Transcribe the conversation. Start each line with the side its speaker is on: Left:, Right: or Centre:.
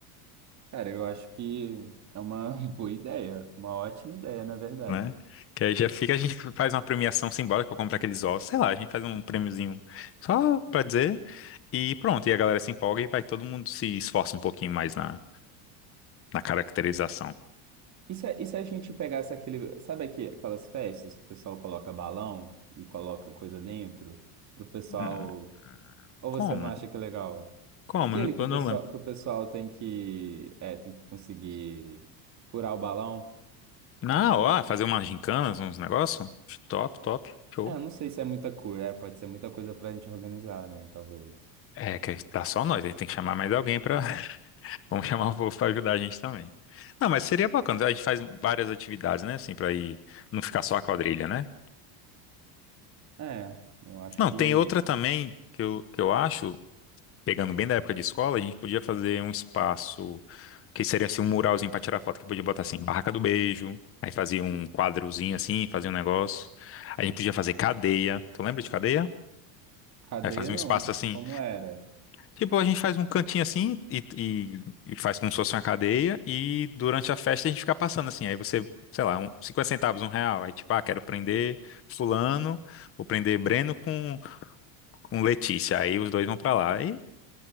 Right: Cara, eu acho que é uma <laughs> boa ideia, uma ótima ideia, na verdade.
Left: Né? Que aí já fica, a gente <laughs> faz uma premiação simbólica, eu compro aqueles ossos, sei lá, a gente faz um prêmiozinho só pra dizer. E pronto, e a galera se empolga e vai todo mundo se esforça um pouquinho mais na, na caracterização.
Right: E se, a- e se a gente pegasse aquele, sabe aqui, aquelas festas que o pessoal coloca balão e coloca coisa dentro, pro pessoal,
Left: Hum,
Right: ou
Left: como?
Right: você não acha que é legal?
Left: Como?
Right: Aquele que
Left: Eu
Right: o pessoal,
Left: não lembro.
Right: que o pessoal tem que, é, tem que conseguir furar o balão.
Left: Na hora, fazer umas gincana, uns negócios? Top, top. Show.
Right: É, eu não sei se é muita coisa, é, pode ser muita coisa pra gente organizar, né, talvez.
Left: É, que tá só nós, aí tem que chamar mais alguém pra. <laughs> Vamos chamar o povo pra ajudar a gente também. Não, mas seria bacana. A gente faz várias atividades, né? Assim, pra ir. Não ficar só a quadrilha, né?
Right: É, eu acho
Left: Não,
Right: que
Left: tem outra também que eu, que eu acho, pegando bem da época de escola, a gente podia fazer um espaço que seria assim um muralzinho pra tirar foto, que podia botar assim, barraca do beijo. Aí fazia um quadrozinho assim, fazia um negócio. A gente podia fazer cadeia. Tu lembra de cadeia?
Right: cadeia
Left: Aí fazia
Right: não,
Left: um espaço assim
Right: como era?
Left: Tipo, a gente faz um cantinho assim e, e- e faz como se fosse uma cadeia e durante a festa a gente fica passando assim. Aí você, sei lá, um, 50 centavos, um real. Aí tipo, ah, quero prender fulano, vou prender Breno com, com Letícia. Aí os dois vão pra lá. E